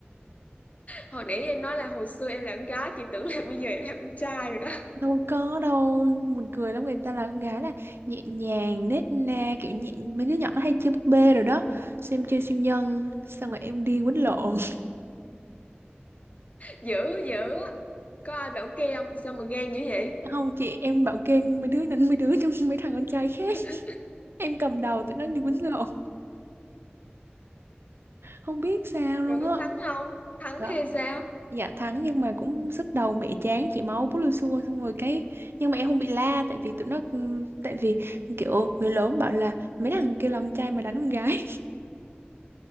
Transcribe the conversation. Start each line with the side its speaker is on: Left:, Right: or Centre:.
Left: hồi nãy em nói là hồi xưa em là con gái chị tưởng là bây giờ em là con trai rồi đó
Right: Đâu có đâu, buồn cười lắm người ta là con gái là nhẹ nhàng, nết na, kiểu nhẹ, mấy đứa nhỏ nó hay chơi búp bê rồi đó. Xem chơi siêu nhân,
Left: Ừ.
Right: xong rồi em đi quýnh lộn.
Left: dữ dữ có ai bảo kê không mà sao mà ghen dữ vậy
Right: Không chị em bảo kê mấy đứa đánh mấy đứa <laughs> trong mấy thằng con trai khác
Left: <laughs>
Right: Em cầm đầu tụi nó đi quýnh lộn Không biết sao luôn
Left: rồi có
Right: á
Left: thắng không thắng
Right: Đó.
Left: hay sao
Right: Dạ thắng nhưng mà cũng sức đầu mẹ chán chị máu bút lưu xua xong rồi cái nhưng mà em không bị la tại vì tụi nó ừm, tại vì kiểu người lớn bảo là mấy thằng kia là con trai mà đánh con gái